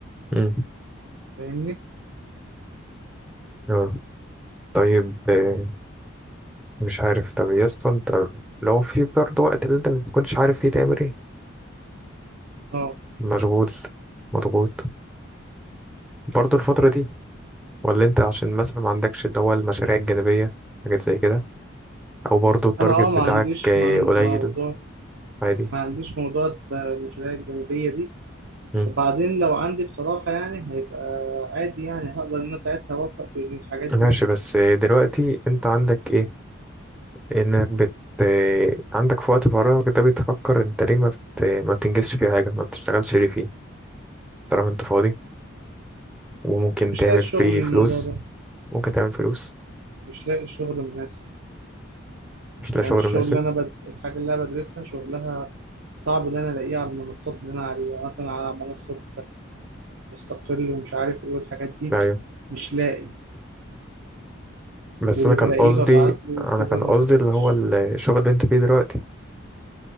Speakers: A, in the centre; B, on the right (about 65°).
A: امم
B: فاهمني
A: أيوة. طيب آه، مش عارف طب يا اسطى أنت لو في برضه وقت اللي أنت ما تكونش عارف فيه تعمل إيه
B: اه
A: مشغول مضغوط برضه الفترة دي ولا أنت عشان مثلا ما عندكش اللي هو المشاريع الجانبية حاجات زي كده أو برضه التارجت
B: انا اه
A: بتاعك
B: ما عنديش
A: آه،
B: من
A: قليل
B: موضوع
A: عادي
B: ما عنديش موضوع المشاريع الجانبية دي
A: امم
B: وبعدين لو عندي بصراحة يعني هيبقى عادي يعني هقدر إن أنا ساعتها أوفق في الحاجات
A: ماشي
B: دي
A: بس آه، دلوقتي انت عندك ايه انك بت عندك في وقت فراغك ده بتفكر انت ليه ما بت... ما بتنجزش فيه حاجة ما بتشتغلش ليه فيه طالما انت فاضي وممكن
B: مش
A: تعمل
B: لاقي شغل
A: فيه
B: للموضوع
A: فلوس
B: ده
A: ممكن تعمل فلوس
B: مش لاقي شغل مناسب
A: مش لاقي
B: يعني
A: شغل
B: الشغل
A: مناسب
B: اللي أنا بد... الحاجة اللي أنا بدرسها شغلها صعب إن أنا ألاقيه على المنصات اللي أنا عليها يعني مثلا على منصة مستقل ومش عارف إيه والحاجات دي
A: ايوه
B: مش لاقي
A: بس
B: واللي
A: انا كان
B: بلاقيه
A: قصدي
B: ببعت له
A: انا
B: كده
A: كان
B: ما
A: قصدي
B: بلاقيش
A: اللي هو الشغل اللي انت فيه دلوقتي